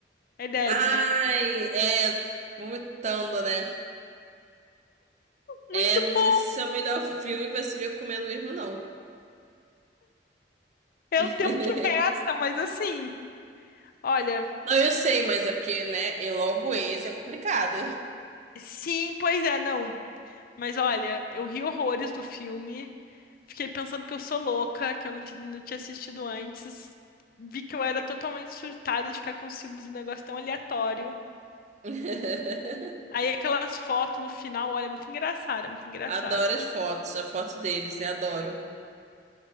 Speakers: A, on the left; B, on the right.
A: é Deb,
B: Ai,
A: né?
B: é. Vomitando, né?
A: Muito
B: É, não
A: bom.
B: sei se esse é o melhor filme pra se ver comendo mesmo, não.
A: É
B: <laughs>
A: o tempo que resta, mas assim, olha,
B: Não, eu sei, mas é porque, né? E logo esse é complicado.
A: sim, pois é, não. Mas olha, eu ri horrores do filme. Fiquei pensando que eu sou louca, que eu não, ti- não tinha assistido antes. Vi que eu era totalmente surtada de ficar com ciúmes de um negócio tão aleatório.
B: <laughs>
A: Aí aquelas fotos no final, olha, é muito engraçado, é muito engraçado.
B: Adoro as fotos, a foto deles, né? Adoro.